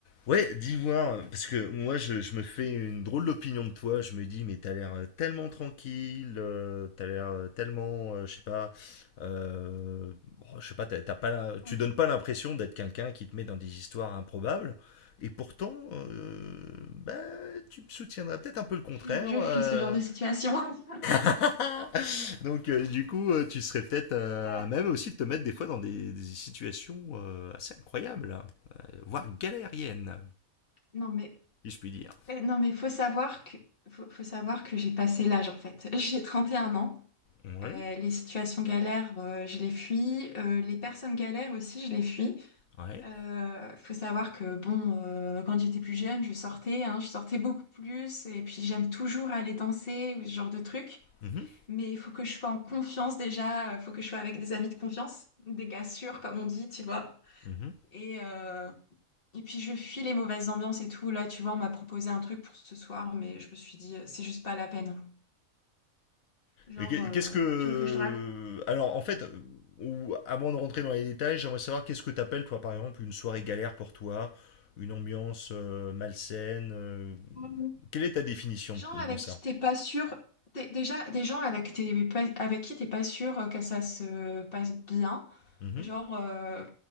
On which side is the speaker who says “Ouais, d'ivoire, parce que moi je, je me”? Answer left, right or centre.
Left